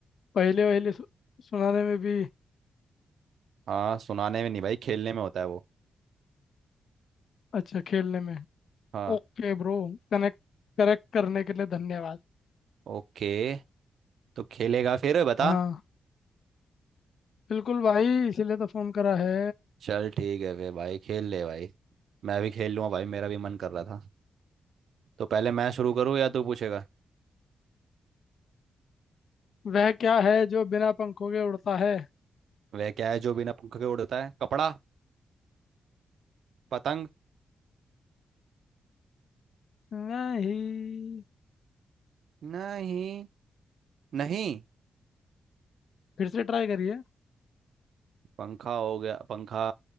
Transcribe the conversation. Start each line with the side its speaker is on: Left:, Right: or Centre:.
Left: पहले वहले सु, सुनाने में भी
Right: हाँ सुनाने में नहीं भाई खेलने में होता है वो
Left: अच्छा खेलने में
Right: हाँ
Left: Okay bro कनेक्ट करेक्ट करने के लिए धन्यवाद
Right: ओके तो खेलेगा फिर बता
Left: हाँ बिल्कुल भाई इसीलिए तो फोन करा है
Right: चल ठीक है फिर भाई खेल ले भाई मैं भी खेल लूँगा भाई मेरा भी मन कर रहा था तो पहले मैं शुरू करूँ या तू पूछेगा
Left: वह क्या है जो बिना पंखों के उड़ता है
Right: वह क्या है जो बिना पंख के उड़ता है कपड़ा पतंग
Left: नहीं
Right: नहीं नहीं
Left: फिर से ट्राई करिए
Right: पंखा हो गया पंखा